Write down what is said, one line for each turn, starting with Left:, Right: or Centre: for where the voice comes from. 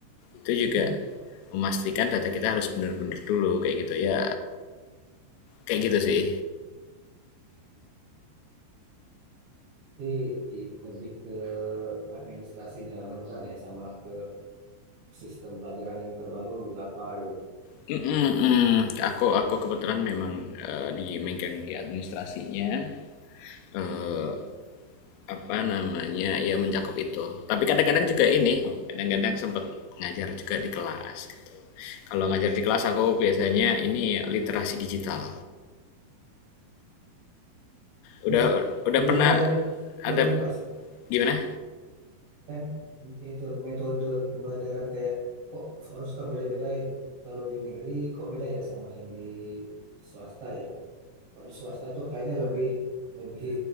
Left: itu
Right: Hmm.
Left: juga memastikan data kita harus bener-bener dulu kayak gitu ya kayak gitu sih
Right: Jadi i- lebih ke administrasinya beneran ya sama ke sistem pelajaran yang terbaru gitu apa gitu.
Left: Mm, mm, mm. aku aku kebetulan memang eh, di megang di administrasinya eh, apa namanya ya mencakup itu tapi kadang-kadang juga ini kadang-kadang sempat ngajar juga di kelas gitu kalau ngajar di kelas aku biasanya ini literasi digital udah
Right: Terus
Left: udah
Right: di
Left: pernah
Right: luar dari luar
Left: ada
Right: dari itu mas
Left: gimana
Right: kan itu metode pembelajaran kayak kok harus kan beda-bedain kalau di negeri kok beda ya sama yang di swasta ya Kalau di swasta tuh kayaknya lebih lebih